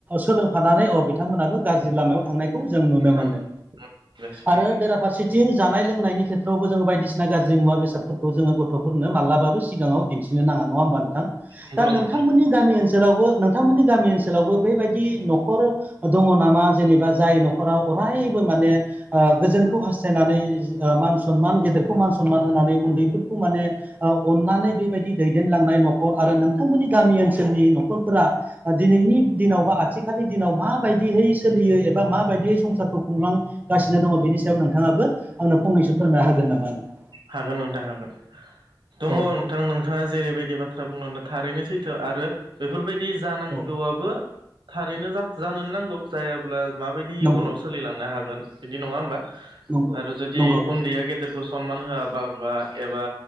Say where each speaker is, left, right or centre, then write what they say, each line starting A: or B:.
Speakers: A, on the right (about 20°); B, on the right (about 85°).
A: सोलोंफानानै अ बिथांमोनाबो गाज्रि
B: उम
A: लामायाव थांनायखौ जों नुनो
B: थां
A: मोनो
B: गासिनो
A: आरो बेराफारसेथिं जानाय लोंनायनि खेथ्रआवबो जोङो बायदिसिना गाज्रि मुवा बेसादफोरखौ जोङो गथ'फोरनो मालाबाबो सिगाङाव दिन्थि नो नाङा नङा होमबा नोंथां
B: नंगौ
A: दा नोंथांमोननि
B: नोंथां
A: गामि ओनसोलावबो नोंथांमोननि गामि ओनसोलावबो बेबायदि न'खर दङ नामा जेनेबा जाय न'खराव अरायबो माने ओ गोजोनखौ हास्थायनानै मान सनमान गेदेरखौ मान सनमान होनानै उन्दैफोरखौ माने अननानै बेबायदि दैदेन लांनाय न'खर आरो नोंथांमोननि गामि ओनसोलनि न'खरफोरा दिनैनि दिनाव बा आथिखालनि दिनाव माबायदियै सोलियो एबा माबायदियै संसारखौ खुंलांगासिनो दङ बेनि सायाव नोंथाङाबो आंनो फंनैसो फोरमायना होगोन नामा नोंथां?
B: हागोन नोंथां हागोन दङ
A: औ
B: नोंथां
A: औ
B: नोंथाङा जेरैबायदि बाथ्रा बुंनानै थारैनो सैथो आरो बेफोरबायदि जानांगौआबो
A: औ
B: थारैनो जानोनो नांगौ जायाब्ला माबायदि इयुनाव
A: नंगौ
B: सोलिलांनो हागोन बिदि नङा होमबा?
A: नंगौ
B: आरो जुदि
A: नंगौ
B: उन्दैया गेदेरखौ सनमान होआबा बा एबा